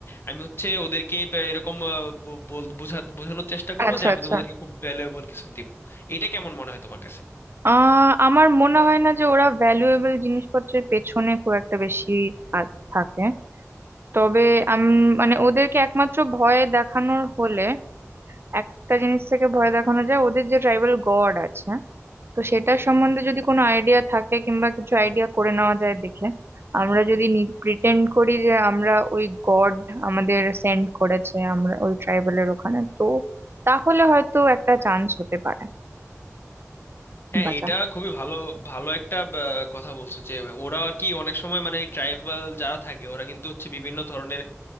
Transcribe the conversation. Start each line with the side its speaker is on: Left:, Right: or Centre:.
Left: আমি হচ্ছে ওদেরকে বা এরকম আহ, বো- বল- বোঝা- বোঝানোর চেষ্টা করবো
Right: আচ্ছা
Left: যে আমি
Right: আচ্ছা
Left: তোমাদেরকে খুব ভ্যালুয়েবল কিছু দেবো এটা কেমন মনে হয় তোমার কাছে
Right: আহ আমার মনে হয় না যে ওরা ভ্যালুয়েবল জিনিসপত্রের পেছনে খুব একটা বেশি আ- থাকে তবে আমি মানে ওদেরকে একমাত্র ভয় দেখানোর হলে একটা জিনিস থেকে ভয় দেখানো যায় ওদের যে ট্রাইবাল গড আছে তো সেটার সম্বন্ধে যদি কোনো আইডিয়া থাকে কিংবা কিছু আইডিয়া করে নেওয়া যায় দেখে আমরা যদি প্রিটেন্ড করি যে আমরা ওই গড আমাদের সেন্ড করেছে আমরা ওই ট্রাইবেলের ওখানে তো তাহলে হয়তো একটা চান্স হতে পারে
Left: হ্যাঁ
Right: বাঁচা
Left: এটা খুবই ভালো ভালো একটা আহ, কথা বলছো যে ওরা আর কি অনেক সময় মানে ট্রাইবাল যারা থাকে ওরা কিন্তু হচ্ছে বিভিন্ন ধরনের